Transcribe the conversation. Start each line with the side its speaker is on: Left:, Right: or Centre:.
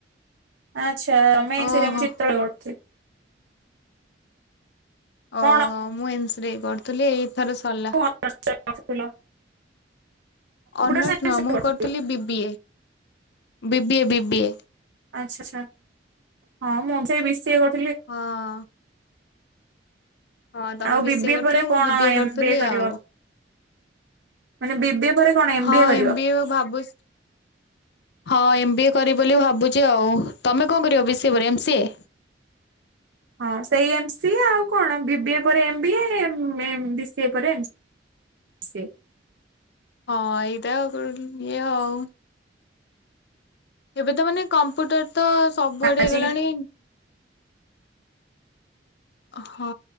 Right: ଆଛା ଆମେ ଏନ୍ସିରେ
Left: ଓହୋ
Right: <unintelligible> ଚିଚ୍ର କରୁଥିଲୁ।
Left: ଓହୋ
Right: କଣ
Left: ମୁଁ ଏନ୍ସିରେ କରୁଥିଲି ଏଇଥର ସରିଲା।
Right: <unintelligible>
Left: ଅନସ
Right: ସାଇନ୍ସରେ
Left: ନୁହଁ ମୁଁ
Right: କରୁଥିଲ
Left: କରିଥିଲି ବିିବିଏ ବିବିଏ ବିବିଏ।
Right: ଆଚ୍ଛା ଛା ଛା ହଁ ମୁଁ ସେ ବିସିଏ କ
Left: ହଁ। ହଁ ତମେ
Right: ଆଉ
Left: ବିସିଏ
Right: ବିବିଏ
Left: କରିୁଥିଲ
Right: ପରେ କଣ
Left: ମୁଁ ବି ବିିଏ କରିୁଥୁଲି
Right: ଏମ ବିଏ କରିବ
Left: ଆଉ।
Right: ମାନେ ବିବିଏ ପରେ କଣ
Left: ହଁ
Right: ବିଏ କରିବ?
Left: ଏମ ବି ଭାବୁ ହଁ ଏମ ବି ଏ କରିବ ବୋଲି ଭାବୁଚି ଆଉ ତମେ କଣ କରିବ ବି ସିଏ ପରେ ଏମ ସିଏ।
Right: ହଁ ସେଇ ଏମ ସି ଏ ଆଉ କଣ ବିିବି ଏ ପରେ ଏମ ବି ଏ ବି ସିଏ ପରେ ସିଏ।
Left: ହଁ ଏଇଟା ଆଉ କର ଇଏ ଆଉ। ଏବେ ତ ମାନେ କମ୍ପ୍ୟୁଟର ତ ସବୁଆଡେ
Right: ଆଜି
Left: ହେଇଗଲାଣି। ହଁ